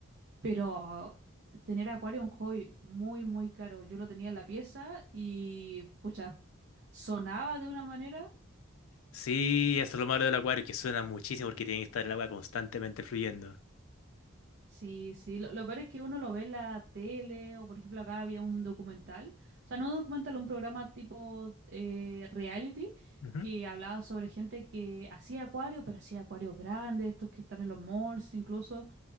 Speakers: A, on the right (about 55°); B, on the left (about 85°).
A: pero tener acuario es un hobby muy, muy caro. Yo lo tenía en la pieza y, pucha, sonaba de una manera.
B: Sí, eso es lo malo del acuario, que suena muchísimo porque tiene que estar el agua constantemente fluyendo.
A: Sí, sí. Lo, lo peor es que uno lo ve en la tele o, por ejemplo, acá había un documental. O sea, no un documental, un programa tipo eh, reality
B: Ujú.
A: que hablaba sobre gente que hacía acuario, pero hacía acuarios grandes, estos que están en los malls incluso.